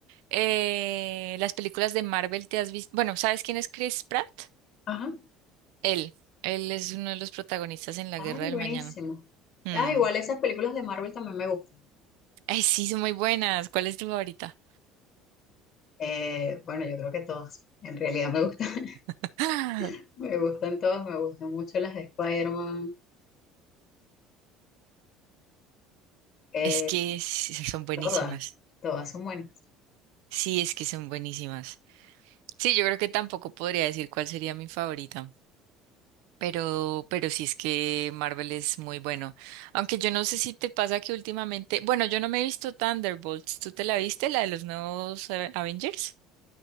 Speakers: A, on the right; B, on the left.
A: Eh, las películas de Marvel te has visto. Bueno, ¿sabes quién es Chris Pratt?
B: Ajá.
A: Él. Él es uno de los protagonistas en La
B: Ay,
A: Guerra del
B: buenísimo.
A: Mañana. Mm.
B: Ah, igual esas películas de Marvel también me gustan.
A: Ay, sí, son muy buenas. ¿Cuál es tu favorita?
B: Eh, bueno, yo creo que todas. En realidad me gustan,
A: <laughs>
B: <laughs> me gustan todas, me gustan mucho las de Spider-Man. Eh,
A: Es que s- son buenísimas.
B: todas, todas son buenas.
A: Sí, es que son buenísimas. Sí, yo creo que tampoco podría decir cuál sería mi favorita. Pero, pero sí es que Marvel es muy bueno. Aunque yo no sé si te pasa que últimamente, bueno, yo no me he visto Thunderbolts. ¿Tú te la viste, la de los nuevos eh, Avengers?